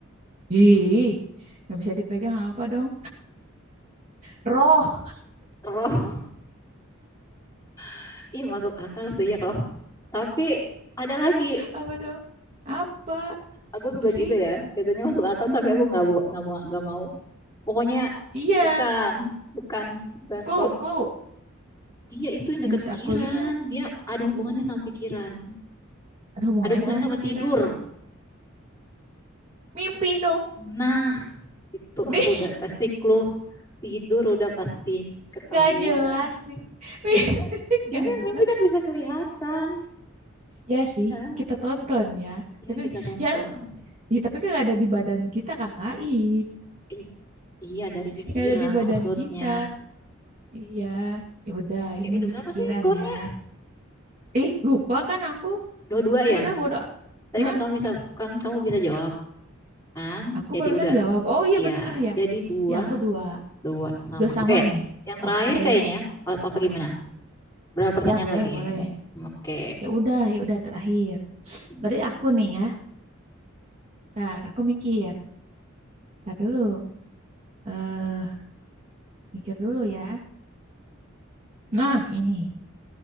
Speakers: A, on the right (about 35°); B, on the left (about 15°).
A: ih nggak bisa dipegang apa dong roh
B: roh <laughs> iya masuk akal sih roh tapi ada lagi
A: apa dong apa
B: aku suka
A: apa sih
B: gitu ya biasanya masuk akal
A: Mm-mm.
B: tapi aku nggak bu- nggak mau nggak mau pokoknya
A: iya
B: bukan bukan bukan
A: clue
B: roh
A: clue
B: iya itu yang dekat
A: yang bisa
B: pikiran
A: aku lihat
B: dia ada hubungannya sama pikiran
A: ada hubungannya
B: ada hubungannya
A: sama
B: sama
A: pikiran
B: tidur
A: mimpi dong
B: nah itu
A: <laughs> nih
B: aku udah kasih clue tidur udah pasti ketahuan
A: nggak jelas nih Mimpi
B: mimpi kan
A: <laughs> nggak
B: mimpi kan,
A: jelas
B: mimpi kan bisa kelihatan
A: ya sih
B: kan
A: kita tonton ya tapi
B: ya kita tonton
A: ya, ya tapi kan nggak ada di badan kita kakak ih
B: ih iya dari pikiran
A: nggak ada di badan
B: maksudnya
A: kita Iya, ya udah
B: oke
A: ini
B: udah
A: di
B: berapa
A: pikiran
B: sih skornya
A: ya. Ih, lupa kan aku?
B: dua dua
A: Ya
B: ya
A: udah bodoh.
B: tadi
A: Hah?
B: kan kamu bisa kan kamu bisa jawab kan
A: Aku
B: jadi
A: barusan
B: udah
A: jawab. Oh iya
B: ya
A: bener ya.
B: jadi dua
A: Ya aku dua.
B: dua sama
A: Dua sama
B: oke
A: nih.
B: yang terakhir
A: Oke.
B: kayaknya apa, apa gimana berapa pertanyaan
A: Ya boleh,
B: lagi
A: boleh.
B: ya kamu oke
A: Ya udah, ya udah terakhir.
B: Mm.
A: Berarti aku nih ya. Ntar aku mikir. Ntar dulu. Eh, mikir dulu ya. Nah, ini.